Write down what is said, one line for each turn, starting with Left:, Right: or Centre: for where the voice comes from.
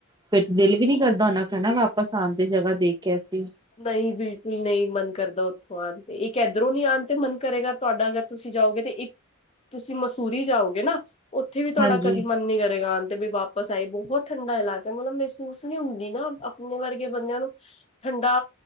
Right: ਫਿਰ ਦਿਲ ਵੀ ਨੀ ਕਰਦਾ ਉਹਨਾ ਕਹਿਣਾ ਵਾਪਸ ਆਉਣ ਤੇ ਜਗ੍ਹਾ ਦੇਖ ਕੇ ਅਸੀਂ
Left: ਨਹੀਂ ਬਿਲਕੁਲ ਨਹੀਂ ਮਨ ਕਰਦਾ ਉੱਥੋਂ ਆਉਣ ਤੇ ਇੱਕ ਇਧਰੋਂ ਨੀ ਆਉਣ ਤੇ ਮਨ ਕਰੇਗਾ ਤੁਹਾਡਾ ਅਗਰ ਤੁਸੀਂ ਜਾਓਗੇ ਤੇ ਇੱਕ ਤੁਸੀਂ ਮਸੂਰੀ ਜਾਓਗੇ ਨਾ ਉੱਥੇ ਵੀ ਤੁਹਾਡਾ
Right: ਹਾਂਜੀ।
Left: ਕਦੀ ਮਨ ਨੀ ਕਰੇਗਾ ਅ ਤੇ ਵੀ ਵਾਪਸ ਆਈ ਬਹੁਤ ਠੰਡਾ ਇਲਾਕਾ ਮਤਲਬ ਮਹਿਸੂਸ ਨਹੀ ਹੁੰਦੀ ਨਾ ਆਪਣੇ ਵਰਗੇ ਬੰਦਿਆਂ ਨੂੰ ਠੰਡਾ